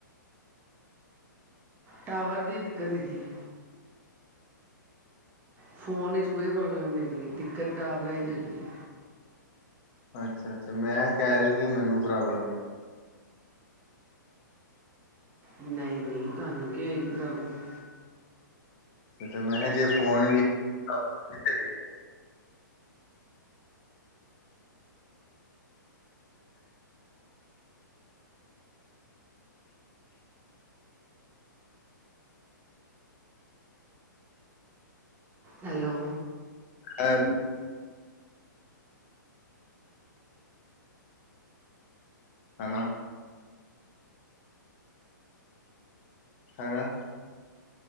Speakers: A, on the right (about 20°); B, on the left (about 40°).
A: ਟਾਵਰ ਦੀ ਦਿੱਕਤ ਹੈਗੀ ਏ। ਫੋਨ ਵਿੱਚ ਕੋਈ ਪ੍ਰੋਬਲਮ ਨੀ ਹੈਗੀ ਦਿੱਕਤ ਟਾਵਰਾਂ 'ਚ ਏ ਗੀ ਏ।
B: ਅੱਛਾ-ਅੱਛਾ ਮੈਂ ਕਹਿ ਰੇਆ ਸੀ ਮੈਨੂੰ ਪ੍ਰੋਬਲਮ ਏ।
A: ਨਈ-ਨਈ ਤੁਹਾਨੂੰ ਕੀ ਹੋਏਗੀ ਪ੍ਰੋਬਲਮ।
B: ਅੱਛਾ ਮੈਂ ਮਹਾ ਜੇ ਫੋਨ ਵੀ ਪ੍ਰੋਬਲਮ 'ਤੇ ਸੀ
A: ਹੈਲੋ
B: ਐਮ ਹਨਾ। ਹਰਾ।